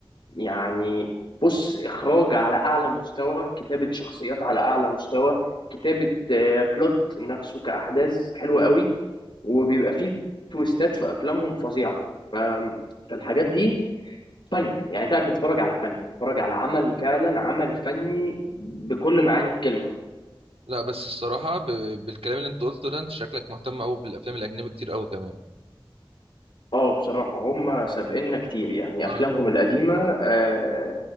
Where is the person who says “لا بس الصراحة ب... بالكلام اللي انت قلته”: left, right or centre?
Right